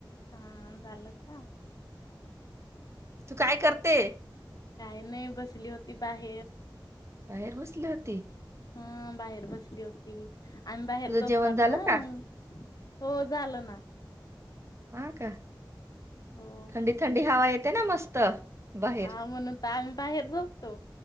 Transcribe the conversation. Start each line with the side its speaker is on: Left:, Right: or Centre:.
Left: हा झालं का.
Right: तू काय करते.
Left: काही नाही बसली होती बाहेर.
Right: बाहेर बसल्यात. ते
Left: हा बाहेर बसली होती. आम्ही बाहेर
Right: तुझं
Left: जोपतात
Right: जेवण झालं
Left: ना म्हणून.
Right: का
Left: हो झालं ना
Right: हा का.
Left: हो
Right: थंडी थंडी हवा येत. ते ना मस्त बाहेर
Left: हा म्हणून तर आम्ही बाहेर झोपतो